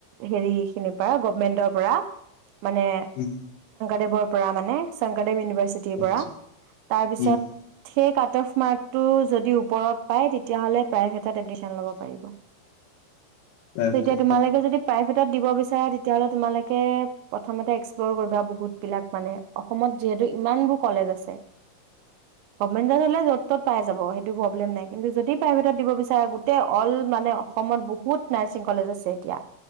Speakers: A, on the right; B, on the left.
A: হেৰি খিনিৰ পৰা গভমেন্টৰ পৰা, মানে
B: উম
A: দেৱৰ পৰা মানে চঙগত দেম ইউনিভাৰ্চিটিৰ
B: আচ্ছা
A: পৰা, তাৰ পিছত,
B: উম উম
A: সেইকাত টফ মাৰ্কটো যদি ওপৰত পায় তেতিয়াহ'লে প্ৰায়হে তাত এডমিছন লব পাৰিব।
B: তাৰপিছত
A: এতিয়া তোমালোকে
B: ন
A: যদি পাই দিব বিচাৰা তেতিয়াাহলে, তোমালোকে প্ৰথমতে এক্সপ্লৰ কৰিবা বহুত বিলাক মানে। অসমত যিহেতু ইমানবোৰ কলেজ আছে। গমেণ্টত হ'লে য'ত ত'ত পাই যাব সেই পবলেম নাই কিন্তু, যদি প্ৰাইভেটত দিব বিচৰা গোটেই অল্ল মানে অসমত বহুত নাৰ্চিং কলেজ আছে এতিয়া।